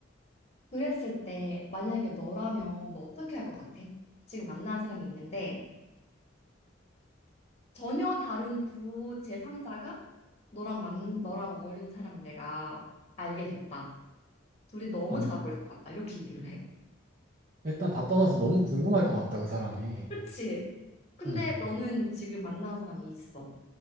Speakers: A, on the left; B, on the right.
A: 그랬을 때 만약에 너라면 너 어떻게 할 것 같아? 지금 만나는 사람이 있는데 전혀 다른 두 제3자가 너랑 만 너랑 어울리는 사람을 내가 알게 됐다. 둘이 너무
B: 아, 근데
A: 잘 어울릴 것 같다. 이렇게 얘기를 해.
B: 일단 다 떠나서 너무 궁금할 것 같다, 그 사람이.
A: 그치? 근데
B: 음,
A: 너는 지금 만나는 사람이 있어.